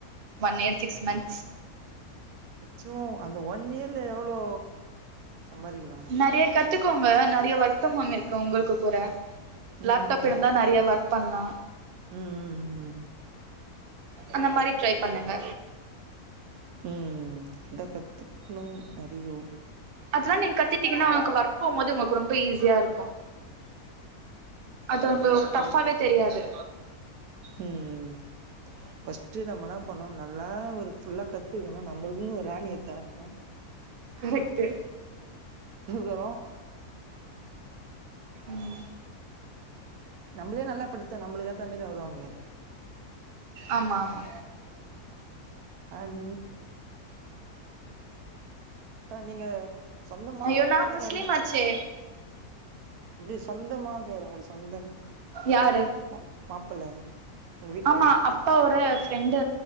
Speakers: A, on the right (about 60°); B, on the right (about 75°).
A: ஒன் இயர் சிக்ஸ் மந்த்ஸ்
B: நிச்சம அந்த ஒன் இயர்ல எவ்ளோ சம்பாதிக்கலா
A: நெறைய கத்துக்கோங்க நறைய வொர்க் ஃப்ரம் ஹோம் இருக்கு உங்களுக்கு கூட
B: ம்
A: லேப்டாப் இருந்தா நறைய ஒர்க் பண்ணலா
B: உம் உம் உம்
A: அந்த மாரி ட்ரை பண்ணுங்க
B: ம் ம் ம் த கத்துக்ணு அதியோ
A: அதுலா நீங் கத் தீத்தீகன்னா ஒனக் ஒர்க் போம் போது ஒங்கல்க் ரொம்ப ஈஸியா இருக்கு அது ஒங்க
B: கரெக்ட்
A: டஃபாவே தெரியாது
B: ம் பஸ்ட்டு நம்பன்னா பண்ணுன் நல்லா ஒரு ஃபுல்லா கத்துக்கணு நம்மளுக்குன்னு ஒரு ராணிய தேடனு
A: கரெக்ட்டு
B: நுகுறோ
A: ம்
B: நம்மளே நல்லா படிச்சா நம்மளுக் ஏத்த மாரிதா வருவாங்களே
A: ஆமா ஆமா
B: அன் நீங்க சொந்தமா
A: அய்யோ நா
B: சொந்தக்காரு
A: முஸ்லிம் ஆச்சே
B: அப்டி சொந்தமாக்காரு உங்களுக்கு சொந்த
A: யாரு
B: மா மாப்பிள்ள உங்க வீட்டுக்கு
A: ஆமா அப்பாவோர ஃப்ரெண்டு